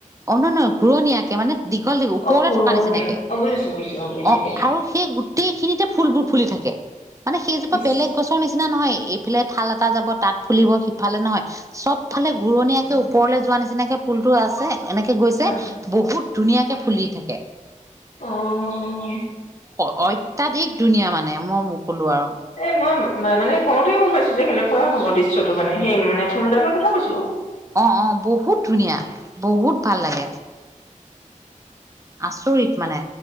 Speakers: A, on the right; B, on the left.
A: অ নহয় নহয় ঘূৰণীয়াকে মানে- দীঘল দীঘ ওপৰলে
B: অ', ঘূৰণীয়েক
A: থকা নিচিনাকে,
B: অ', বুজিছো বুজিছো অ', বুজিছো
A: অঁ
B: দিয়া
A: আৰু- সেই গোটেই খিনিতে ফুলবোৰ ফুলি থাকে। মানে সেইজোপা
B: ইচ
A: বেলেগ গছৰ নিচিনা নহয়, এইফালে থাল- টা যাব তাত ফুলিব সিফালে নহয় চব ফালে ঘূৰণীয়াকে ওপৰলে যোৱা নিচিনাকে ফুলটো আছে। তাত- এনেকে গৈছে
B: অ',
A: বহুত ধুনীয়াকে‌ ফুলি থাকে।
B: অঁঅ'
A: অ' অত্যাধিক ধুনীয়া মানে মই মোকোলো আও।
B: এই মই মানে কওঁতে গম পাইছো যে কেনেকুৱা হ'ব মানে সেই মানে ফুলদালৰ কথা কৈছো।
A: অঁ অঁ বহুত ধুনীয়া বহুত ভাল লাগে। আচৰিত মানে।